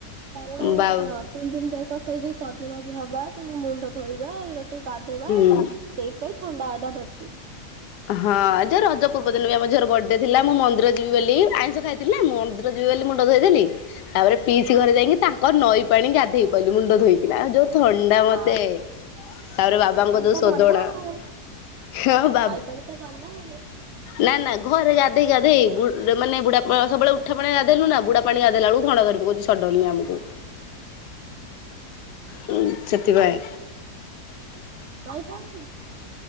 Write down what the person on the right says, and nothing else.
କାରଣ
ହଁ ତିନି ଦିନ ଜାଙ୍କ ସେଇ ଯଉ ସଜବାଜ ହବା ସେ ଯଉ ମୁଣ୍ଡ ଧୋଇବା ଏରା ସବୁ ଗାଧେଇବା
ହା- ହା। ସେଇ ପାଇଁ ଥଣ୍ଡା ଆକା ଧରଚି।
ଆଉ
ହଁ
ହଁ।
ଆ
ନଈ ପାଣି
ତ
ଭଲ ଆଉ
ନଈ ପାଣି ତ ଗଲା ଆଉ।
ନଈ ପହଁରି ଶିକିଚୁ ନା?